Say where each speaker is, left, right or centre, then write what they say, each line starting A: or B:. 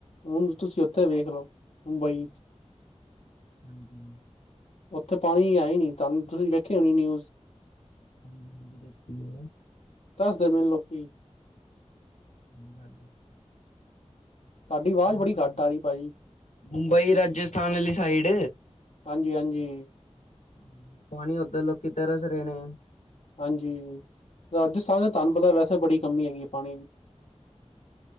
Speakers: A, on the left; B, on the left.
A: ਹੁਣ ਤੁਸੀਂ ਉੱਥੇ ਵੇਖ ਲੋ ਮੁੰਬਈ ਚ
B: ਹਾਂਜੀ
A: ਉੱਥੇ ਪਾਣੀ ਹੈ ਈ ਨਹੀਂ ਧਨ ਤੁਸੀਂ ਵੇਖੀ ਹੋਣੀ ਨਿਊਜ਼
B: ਹਾਂਜੀ ਹਾਂਜੀ ਦੇਖੀ ਏ।
A: ਤਰਸਦੇ ਪੇਨ ਲੋਕੀਂ।
B: <unintelligible>
A: ਤੁਹਾਡੀ ਆਵਾਜ਼
B: ਮੁੰਬਈ
A: ਬੜੀ ਘੱਟ ਆ ਰਹੀ ਭਾਜੀ
B: ਮੁੰਬਈ ਰਾਜਸਥਾਨ ਆਲੀ ਸਾਈਡ
A: ਹਾਂਜੀ, ਹਾਂਜੀ
B: <inaudible> ਲੋਕੀ ਤਰਸ ਰਹੇ ਨੇ
A: ਹਾਂਜੀ ਰਾਜਸਥਾਨ ਤੇ ਧੰਨ ਪਤਾ ਵੈਸੇ ਓਥੇ ਬੜੀ ਕਮੀ ਹੈਗੀ ਏ ਪਾਣੀ ਦੀ।